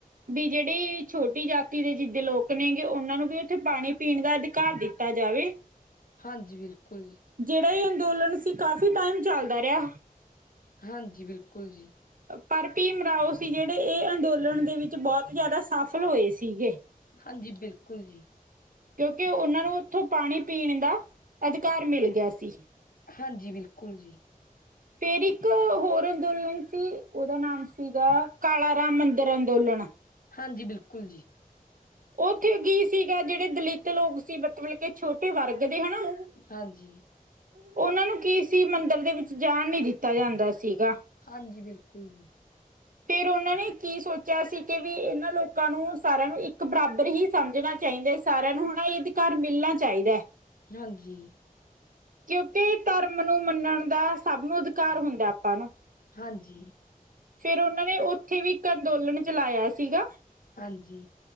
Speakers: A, on the right; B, on the left.
A: ਵੀ ਜਿਹੜੀ ਛੋਟੀ ਜਾਤੀ ਦੇ ਜਿੱਦ ਲੋਕ ਨੇਗੇ, ਉਹਨਾ ਨੂੰ ਵੀ ਉੱਥੇ ਪਾਣੀ ਪੀਣ ਦਾ ਅਧਿਕਾਰ ਦਿੱਤਾ ਜਾਵੇ।
B: ਹਾਂਜੀ ਬਿਲਕੁਲ ਜੀ
A: ਜਿਹੜਾ ਇਹ ਅੰਦੋਲਨ ਸੀ, ਕਾਫੀ ਟਾਈਮ ਚੱਲਦਾ ਰਿਹਾ।
B: ਹਾਂਜੀ ਬਿਲਕੁਲ ਜੀ
A: ਪਰ ਭੀਮ ਰਾਓ ਸੀ ਜਿਹੜੇ, ਇਹ ਅੰਦੋਲਨ ਦੇ ਵਿੱਚ ਬਹੁਤ ਜਿਆਦਾ ਸਾਫ਼ ਖਲੋਏ ਸੀਗੇ
B: ਹਾਂਜੀ ਬਿਲਕੁਲ ਜੀ
A: ਕਿਉਂਕਿ ਉਹਨਾਂ ਨੂੰ ਉੱਥੋਂ ਪਾਣੀ ਪੀਣ ਦਾ, ਅਧਿਕਾਰ ਮਿਲ ਗਿਆ ਸੀ।
B: ਹਾਂਜੀ ਬਿਲਕੁਲ ਜੀ
A: ਫੇਰ ਇੱਕ ਹੋਰ ਅੰਦੋਲਨ ਸੀ, ਉਹਦਾ ਨਾਮ ਸੀਗਾ ਕਾਲਾ ਰਾਮ ਮੰਦਿਰ ਅੰਦੋਲਨ
B: ਹਾਂਜੀ ਬਿਲਕੁਲ ਜੀ
A: ਉਹ ਉੱਥੇ ਕੀ ਸੀਗਾ, ਜਿਹੜੇ ਦਲਿਤ ਲੋਕ ਸੀ ਬਤ ਤੇ ਛੋਟੇ ਵਰਗ ਦੇ ਹੈਨਾ ਔਹ।
B: ਹਾਂਜੀ
A: ਉਹਨਾਂ ਨੂੰ ਕੀ ਸੀ, ਮੰਦਿਰ ਦੇ ਵਿੱਚ ਜਾਣ ਨੀ ਦਿੱਤਾ ਜਾਂਦਾ ਸੀਗਾ।
B: ਹਾਂਜੀ, ਬਿਲਕੁਲ ਜੀ।
A: ਫੇਰ ਉਹਨਾਂ ਨੇ ਕੀ ਸੋਚਿਆ ਸੀ, ਕਿ ਵੀ ਇਹਨਾਂ ਲੋਕਾਂ ਨੂੰ ਸਾਰਿਆਂ ਨੂੰ ਇੱਕ ਬਰਾਬਰ ਹੀ ਸਮਝਣਾ ਚਾਹੀਦਾ। ਸਾਰਿਆਂ ਨੂੰ ਹੁਣ ਇਹ ਅਧਿਕਾਰ ਮਿਲਣਾ ਚਾਹੀਦਾ।
B: ਹਾਂਜੀ
A: ਕਿਉਂਕਿ ਧਰਮ ਨੂੰ ਮੰਨਣ ਦਾ ਸਭ ਨੂੰ ਅਧਿਕਾਰ ਹੁੰਦਾ ਆਪਾਂ ਨੂੰ।
B: ਹਾਂਜੀ।
A: ਫਿਰ ਉਹਨਾਂ ਨੇ ਉੱਥੇ ਵੀ ਇੱਕ ਅੰਦੋਲਨ ਚਲਾਇਆ ਸੀਗਾ।
B: ਹਾਂਜੀ।